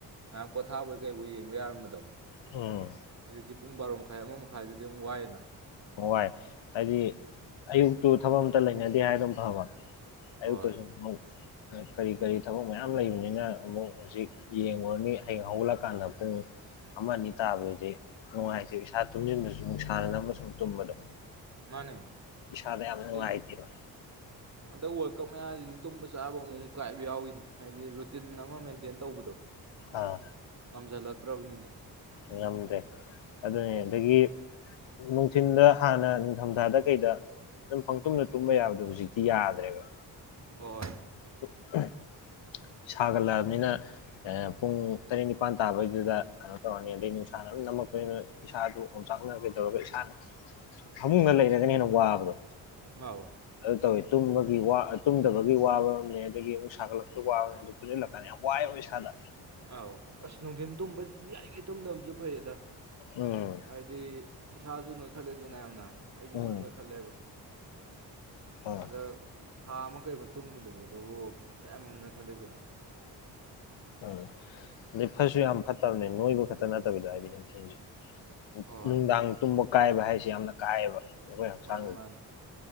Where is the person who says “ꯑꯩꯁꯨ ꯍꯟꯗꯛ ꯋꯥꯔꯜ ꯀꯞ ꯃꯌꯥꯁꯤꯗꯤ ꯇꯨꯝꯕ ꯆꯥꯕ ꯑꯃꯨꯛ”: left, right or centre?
Right